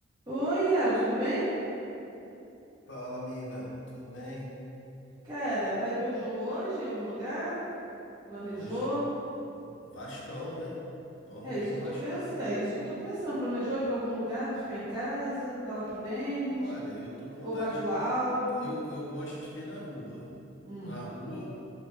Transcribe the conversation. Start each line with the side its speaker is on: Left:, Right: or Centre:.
Right: Oi, Léo, tudo bem?
Left: Fala, amiga, tudo bem?
Right: Cara, vai ver o jogo hoje em algum lugar? Planejou?
Left: Hoje, Vascão, né? Vamos
Right: É isso
Left: ver o
Right: que eu
Left: Vascão.
Right: tô pensando, é isso que eu tô pensando. Planejou ir para algum lugar, vai ficar em casa, vai lá pro Denis
Left: Olha, eu tô com vontade
Right: ou vai pro Aldo?
Left: de. Eu, eu gosto de ver na rua.
Right: Hum.
Left: Na rua